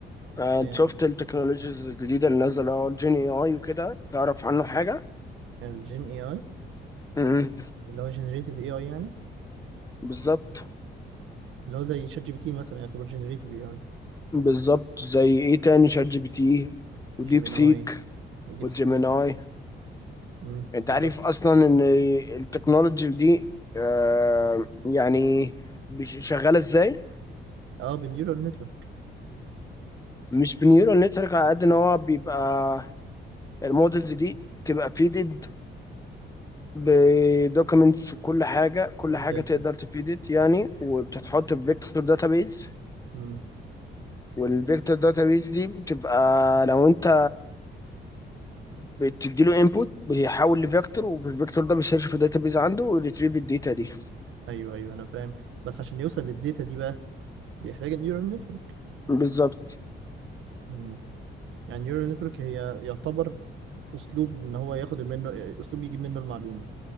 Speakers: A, on the left; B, on the right.
A: آه،
B: يعني
A: انت شفت التكنولوجيز الجديده اللي نازله اللي هو الجين اي اي وكده تعرف عنه حاجه
B: الجين اي اي
A: امم
B: اللي هو جنريتيف اي اي يعني
A: بالظبط
B: اللي هو زي شات جي بي تي مثلا يعتبر جنريتيف اي اي
A: بالظبط زي ايه تاني شات جي بي تي وديب
B: جيميناي
A: سيك
B: وديب
A: وجيميناي
B: سيك امم
A: انت
B: بالظبط
A: عارف اصلا ان التكنولوجي دي آه، يعني بش- شغاله ازاي
B: اه بالنيورال نتورك
A: مش بنيورال نتورك على قد ان هو بيبقى المودلز دي تبقى فيدد بدوكيمنتس وكل حاجه كل
B: والداتا
A: حاجه تقدر تفيدت يعني وبتتحط في فيكتور داتابيز
B: امم
A: والفيكتور داتابيز دي بتبقى لو انت بتدي له انبوت بيحول لفيكتور والفيكتور ده بيسيرش في الداتابيز عنده ويريتريف الداتا دي
B: ايوه ايوه انا فاهم بس عشان يوصل للداتا دي بقى بيحتاج النيورال نتورك
A: بالظبط
B: امم يعني النيورال نتورك هي يعتبر اسلوب ان هو ياخد منه اسلوب يجيب منه المعلومه